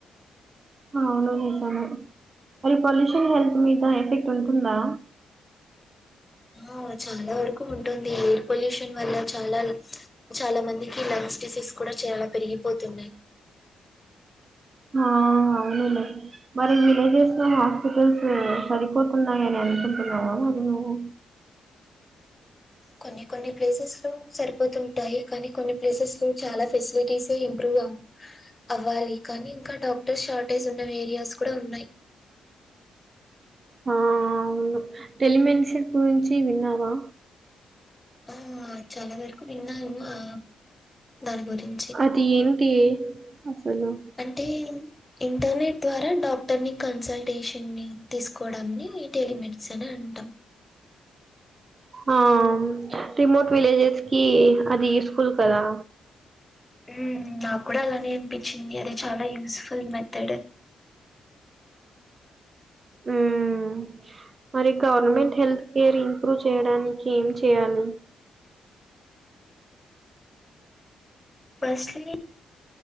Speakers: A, on the right; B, on the left.
A: అవును నిజమే మరి పొల్యూషన్ హెల్త్ మీద ఎఫెక్ట్ ఉంటుందా
B: ఆ చాలా వరకు ఉంటుంది ఎయిర్ పొల్యూషన్ వల్ల చాలా చాలా మందికి లంగ్స్ డిసీజ్ కూడా చాలా పెరిగిపోతున్నాయి
A: ఆ అవును నిజమే మరి విలేజెస్లో హాస్పిటల్స్ సరిపోతున్నాయి అని అనుకుంటున్నావా మరి నువ్వు
B: కొన్ని కొన్ని ప్లేసెస్లో సరిపోతుంటాయి కానీ కొన్ని ప్లేసెస్లో చాలా ఫెసిలిటీస్ ఇంప్రూవ్ అవ్వాలి కానీ ఇంకా డాక్టర్ షార్టేజ్ ఉన్న ఏరియాస్ కూడా ఉన్నాయి
A: ఆ అవును టెలిమెడిసిన్ గురించి విన్నావా
B: ఆ అమ్మ చాలా వరుకు విన్నాను ఆ దాని గురిం
A: అది ఏంటి అసలు
B: టే ఇంటర్నెట్ ద్వారా డాక్టర్ని కన్సల్టేషన్ని తీసుకోవడంని టెలిమెడిసిన్ అని అంటాం
A: ఆ అవునా రిమోట్ విలేజెస్కి అది యూస్ఫుల్ కదా
B: మ్ నాకూడా అలానే అనిపించింది అది చాలా యూస్ఫుల్ మెథడు
A: ఉమ్ మరి గవర్నమెంట్ హెల్త్ కేర్ ఇంప్రూవ్ చేయడానికి ఏం చేయాలి
B: ఫస్ట్లీ